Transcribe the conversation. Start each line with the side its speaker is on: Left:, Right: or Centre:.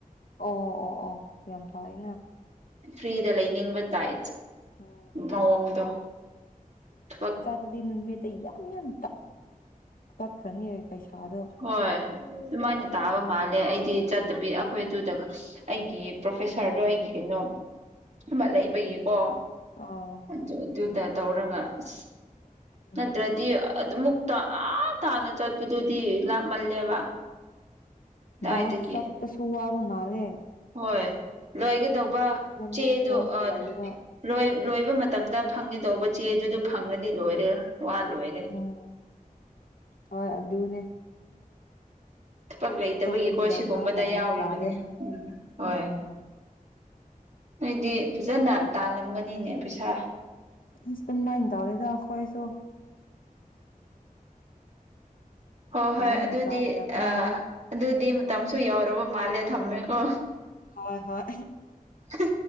Left: ꯑꯣ ꯑꯣ ꯑꯣ ꯑꯣ ꯌꯥꯝ ꯐꯩꯌꯦꯅ
Right: ꯐ꯭ꯔꯤꯗ ꯂꯩꯅꯤꯡꯕ ꯇꯥꯏ
Left: ꯎꯝ
Right: ꯃꯑꯣꯡꯗꯣ ꯊꯕꯛ
Left: ꯑꯗꯨꯗꯤ ꯅꯨꯃꯤꯠꯇ ꯌꯥꯝ ꯌꯥꯝ ꯇꯠꯈ꯭ꯔꯅꯤ ꯄꯩꯁꯥꯗꯣ
Right: ꯍꯣꯏ ꯑꯗꯨꯃꯥꯏꯅ ꯇꯥꯕ ꯃꯥꯜꯂꯦ ꯑꯩꯗꯤ ꯆꯠꯇꯕꯤ ꯑꯩꯈꯣꯏ ꯑꯗꯨꯗ ꯑꯩꯒꯤ ꯄ꯭ꯔꯣꯐꯦꯁꯥꯔꯗꯣ ꯑꯩꯒꯤ ꯀꯩꯅꯣ ꯑꯃ ꯂꯩꯕꯒꯤꯀꯣ
Left: ꯑꯥ
Right: ꯑꯗꯨ ꯑꯗꯨꯗ ꯇꯧꯔꯒ ꯑꯁ
Left: ꯎꯝ
Right: ꯅꯠꯇ꯭ꯔꯗꯤ ꯑꯗꯨꯃꯨꯛꯇ ꯑꯑ ꯇꯥꯟꯅ ꯆꯠꯄꯗꯨꯗꯤ ꯂꯥꯞꯃꯜꯂꯦꯕ ꯑꯗꯥꯏꯗꯒꯤ
Left: ꯕꯁꯇ ꯆꯠꯄꯁꯨ ꯋꯥꯕ ꯃꯥꯂꯦ
Right: ꯍꯣꯏ ꯂꯣꯏꯒꯗꯧꯕ ꯆꯦꯗꯣ
Left: ꯃꯤ ꯈꯔꯁꯨ
Right: ꯑ
Left: ꯂꯩꯌꯦꯕ
Right: ꯂꯣꯏ ꯂꯣꯏꯕ ꯃꯇꯝꯗ ꯐꯪꯒꯗꯧꯕ ꯆꯦ ꯑꯗꯨꯗ ꯐꯪꯉꯗꯤ ꯂꯣꯏꯔꯦ ꯋꯥ ꯂꯣꯏꯔꯦ
Left: ꯎꯝ ꯍꯣꯏ ꯑꯗꯨꯅꯦ
Right: ꯄꯛ ꯂꯩꯇꯕꯒꯤꯀꯣ
Left: ꯑꯇꯣꯞꯄꯗꯤ ꯗꯔꯀꯥꯔ
Right: ꯁꯤꯒꯨꯝꯕꯗ
Left: ꯇꯥꯏꯕ
Right: ꯌꯥꯎꯔꯤꯕꯅꯤ
Left: ꯇꯥꯗꯦ
Right: ꯎꯝ ꯍꯣꯏ
Left: ꯎꯝ
Right: ꯅꯣꯏꯗꯤ ꯐꯖꯅ ꯇꯥꯜꯂꯝꯒꯅꯤꯅꯦ ꯄꯩꯁꯥ
Left: ꯑ ꯑꯗꯨꯃꯥꯏꯅ ꯇꯧꯗꯦꯗ ꯑꯈꯣꯏꯁꯨ
Right: ꯍꯣꯏ
Left: ꯑꯣꯖꯥꯅ
Right: ꯍꯣꯏ ꯑꯗꯨꯗꯤ
Left: ꯇꯥꯟꯅꯕꯅꯦ
Right: ꯑ ꯑꯗꯨꯗꯤ ꯃꯇꯝꯁꯨ ꯌꯧꯔꯕ ꯃꯥꯜꯂꯦ ꯊꯝꯃꯦꯀꯣ
Left: ꯍꯣꯏ ꯍꯣꯏ
Right: ꯍ